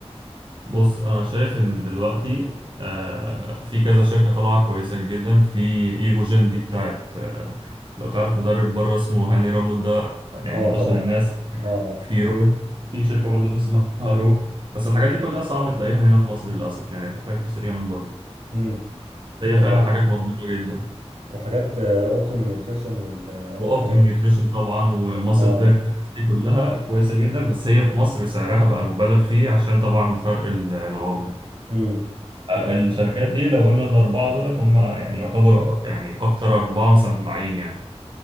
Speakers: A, on the right; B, on the right.
A: بص انا شايف ان دلوقتي آه، في كذا شركه طالعه كويسه جدا في ايفوجين دي بتاعت آه، لو تعرف مدرب بره اسمه هاني رامود ده يعني
B: اه
A: من اشهر
B: طبعا
A: الناس
B: اه عارف
A: في رو في شركه برضو اسمها رو بس الحاجات دي كلها صعب تلاقيها هنا في مصر للاسف يعني تحتاج تشتريها من بره
B: امم
A: هي
B: طب
A: فعلا
B: وح...
A: حاجات مضمونه جدا
B: وحاجات اوبتيمال نيوتريشن وال... آه، والحاجات
A: واوبتيم نيوتريشن طبعا وماسل
B: اه
A: تك الحاجات دي كلها كويسه جدا بس هي في مصر سعرها بقى مبالغ فيه عشان طبعا فرق العمله
B: امم طب
A: الشركات دي لو قلنا الأربعة دولت هم يعني يعتبروا يعني أكتر أربعة مسمعين يعني